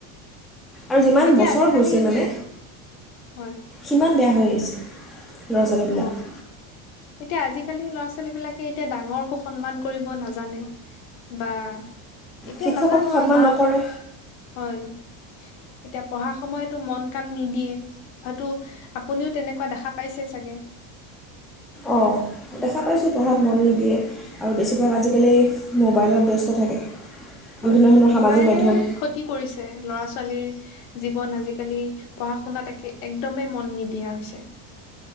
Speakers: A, in the centre; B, on the left.
A: আৰু যিমান
B: এতিয়া
A: বছৰ
B: আজিকালি
A: গৈছে মানে
B: হয়
A: সিমান বেয়া হৈ <inaudible> লৰা ছোৱালী
B: অ
A: বিলাক
B: এতিয়া আজিকালি ল'ৰা ছোৱালী বিলাকে এতিয়া ডাঙৰকো সন্মান কৰিব নাজানে বা এতিয়া
A: শিক্ষকক
B: নাজানো
A: সন্মান
B: আৰু মা
A: নকৰে
B: বাপেক হয় এতিয়া পঢ়া সময়তো মন কাণ নিদিয়ে হয়তো আপুনিও তেনেকুৱা দেখা পাইছে চাগে
A: অঁ দেখা পাইছোঁ পঢ়াত মন নিদিয়ে আৰু বেছিভাগ আজিকালি মোবাইলত ব্যস্ত থাকে বিভিন্ন
B: হয়
A: ধৰণৰ সামাজিক
B: মোবাইলে
A: মাধ্যম
B: ক্ষতি কৰিছে ল'ৰা ছোৱালীৰ জীৱন আজিকালি পঢ়া শুনাত একে একদমেই মন নিদিয়া হৈছে